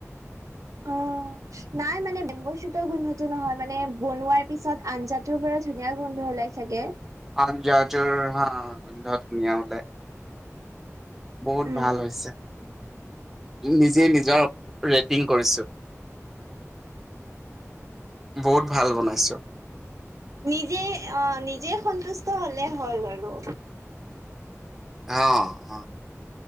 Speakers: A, on the right; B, in the centre.
A: অ', নাই মানে বেম্বচুতৰ গোন্ধটো নহয় মানে বনোৱাৰ পিছত আঞ্জাত টোৰ পৰা ধুনীয়া গোন্ধ ওলাই চাগে।
B: আঞ্জাজৰ হা গোন্ধ ধুনীয়া উলাই। বহুত
A: উম
B: ভাল হৈছে। নিজে নিজৰ ৰেটিং কৰিছো। বহুত ভাল বনাইছো।
A: নিজে অ' নিজে সন্তুষ্ট হ'লে হ'ল আৰু।
B: অ', অ'।